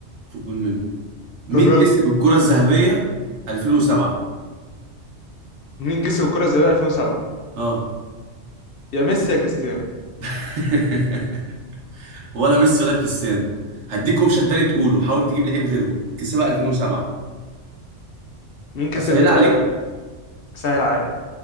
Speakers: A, on the right (about 85°); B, on the left (about 60°).
A: في الجول منه مين
B: طب يلا
A: كسب الكرة الذهبية 2007
B: مين كسب الكرة الذهبية 2007
A: اه
B: يا ميسي يا كريستيانو
A: <laughs> ولا ميسي ولا كريستيانو هديك اوبشن تاني تقوله حاول تجيب لعيب غيرهم كسبها 2007
B: مين كسب
A: اسهلها
B: آه
A: عليك
B: سهل عليا